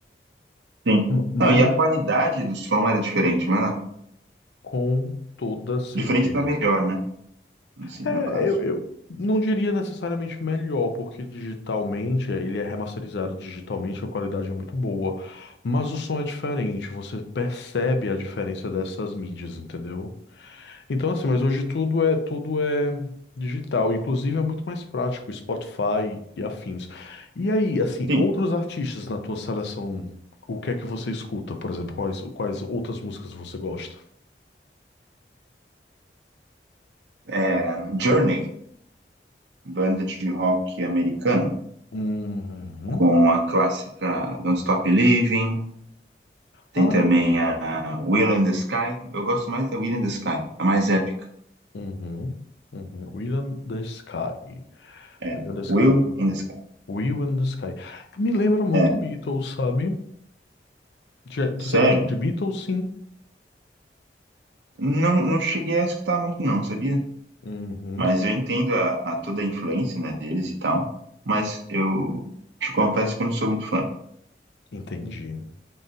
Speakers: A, on the right; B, on the left.
A: Sim.
B: Ma- Mas
A: Não, e a qualidade do som era diferente, né?
B: com toda certeza.
A: Diferente para melhor, né? No, si-
B: É,
A: no caso.
B: eu, eu não diria necessariamente melhor, porque digitalmente, eh, ele é remasterizado digitalmente, a qualidade é muito boa. Mas o som é diferente, você percebe a diferença dessas mídias, entendeu? Então, assim, mas hoje tudo é, tudo é digital, inclusive é muito mais prático, Spotify e afins. E aí, assim,
A: Sim.
B: outros artistas na tua seleção, o que é que você escuta, por exemplo, quais, quais outras músicas você gosta?
A: É, Journey, banda de rock americana,
B: Uhum.
A: com a clássica Don't Stop Living Tem
B: Ah,
A: também
B: eu
A: a Will in the Sky. Eu gosto mais da Will in the Sky, a mais épica.
B: Uhum, uhum. Will and the Sky.
A: É,
B: Will and the
A: Will
B: Sky. eu tô
A: in the Sky.
B: Will and the Sky. Me lembra muito
A: É,
B: Beatles, sabe? Já-
A: sério?
B: Você gosta de Beatles, sim?
A: Não, não cheguei a escutar muito, não, sabia?
B: Uhum,
A: Mas eu entendo a, a toda a influência, né, deles e tal. Mas eu te confesso que eu não sou muito fã.
B: entendi.